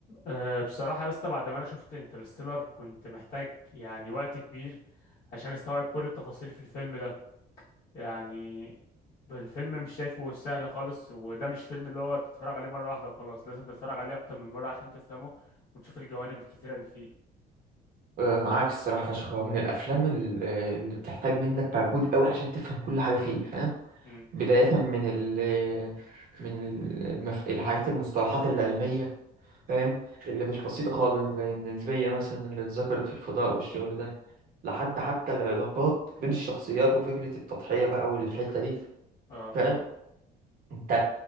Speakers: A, on the left; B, on the right.
A: أه بصراحة يا اسطى بعد ما أنا شفت انترستيلر كنت محتاج يعني وقت كبير عشان أستوعب كل التفاصيل في الفيلم ده يعني الفيلم مش شايفه سهل خالص وده مش فيلم اللي هو تتفرج عليه مرة واحدة وخلاص لازم تتفرج عليه أكتر من مرة عشان تفهمه وتشوف الجوانب الكتيرة اللي فيه
B: آه، معاك الصراحة فشخ هو من الأفلام ال- اللي بتحتاج منك مجهود قوي عشان تفهم كل حاجة فيه فاهم
A: امم
B: بداية من ال من ال- المف... الحاجات المصطلحات العلمية فاهم اللي مش بسيطة خالص زي النسبية مثلا اللي اتذكرت في الفضاء والشغل ده لحد حتى العلاقات بين الشخصيات وفكرة التضحية بقى والحتة دي
A: اه
B: فاهم انت